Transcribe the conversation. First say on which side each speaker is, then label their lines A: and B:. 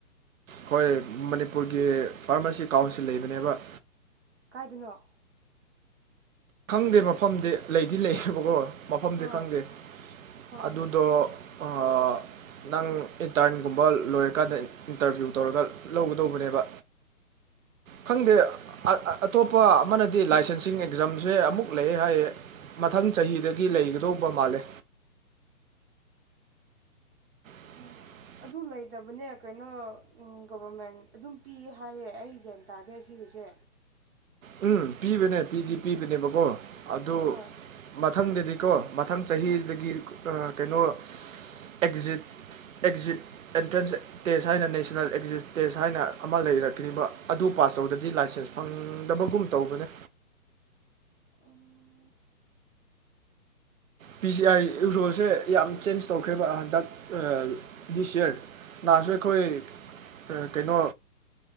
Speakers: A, on the right; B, on the right.
A: ꯍꯣꯏ ꯃꯅꯤꯄꯨꯔꯒꯤ ꯐꯥꯔꯃꯥꯁꯤ ꯀꯥꯎꯟꯁꯤꯜ ꯂꯩꯕꯅꯦꯕ
B: ꯀꯥꯏꯗꯅꯣ
A: ꯈꯪꯗꯦ ꯃꯐꯝꯗꯤ ꯂꯩꯗꯤ ꯂꯩꯌꯦꯕꯀꯣ ꯃꯐꯝꯗꯤ
B: ꯍꯣꯏ
A: ꯈꯪꯗꯦ
B: ꯍꯣꯏ
A: ꯑꯗꯨꯗꯣ ꯑ ꯅꯪ ꯏꯟꯇꯔꯟꯒꯨꯝꯕ ꯂꯣꯏꯔꯀꯥꯟꯗ ꯏꯟꯇꯔꯁ꯭ꯌꯨ ꯇꯧꯔꯒ ꯂꯧꯒꯗꯧꯕꯅꯦꯕ ꯈꯪꯗꯦ ꯑ ꯑꯇꯣꯞꯄ ꯑꯃꯅꯗꯤ ꯂꯥꯏꯁꯦꯟꯁꯤꯡ ꯑꯦꯛꯖꯥꯝ ꯁꯦ ꯑꯃꯨꯛ ꯂꯩ ꯍꯥꯏꯌꯦ ꯃꯊꯪ ꯆꯍꯤꯗꯒꯤ ꯂꯩꯒꯗꯧꯕ ꯃꯥꯜꯂꯦ <inaudible>
B: ꯎꯝ ꯑꯗꯨ ꯂꯩꯇꯕꯅꯦ ꯀꯩꯅꯣ ꯒꯣꯕꯔꯃꯦꯟ ꯑꯗꯨꯝ ꯄꯤ ꯍꯥꯏꯌꯦ ꯑꯩ ꯒ꯭ꯌꯥꯟ ꯇꯥꯗꯦ ꯑꯁꯤꯒꯤꯁꯦ
A: ꯎꯝ ꯄꯤꯕꯅꯦ ꯄꯤꯗꯤ ꯄꯤꯕꯅꯦꯕꯀꯣ ꯑꯗꯨ
B: ꯍꯣꯏ
A: ꯃꯊꯪꯗꯗꯤꯀꯣ ꯃꯊꯪ ꯆꯍꯤꯗꯒꯤ
B: ꯍꯣꯏ
A: ꯑ ꯀꯩꯅꯣ ꯑꯦꯛꯖꯤꯠ ꯑꯦꯛꯖꯤꯠ ꯑꯦꯟꯇ꯭ꯔꯦꯟꯁ ꯇꯦꯁ ꯍꯥꯏꯅ ꯅꯦꯁꯅꯦꯜ ꯑꯦꯛꯖꯤꯁ ꯇꯦꯁ ꯍꯥꯏꯅ ꯑꯃ ꯂꯩꯔꯛꯀꯅꯤꯕ ꯑꯗꯨ ꯄꯥꯁ ꯇꯧꯗ꯭ꯔꯗꯤ ꯂꯥꯏꯁꯦꯟꯁ ꯐꯪ ꯗꯕꯒꯨꯝ ꯇꯧꯕꯅꯦ
B: ꯎꯝ
A: ꯄꯤ ꯁꯤ ꯑꯥꯏ ꯌꯨꯖꯣꯜꯁꯦ ꯌꯥꯝ ꯆꯦꯟꯖ ꯇꯧꯈ꯭ꯔꯦꯕ ꯍꯟꯇꯛ ꯑ ꯗꯤꯁ ꯌꯔ ꯅꯍꯥꯟꯁꯨ ꯑꯩꯈꯣꯏ ꯑ ꯀꯩꯅꯣ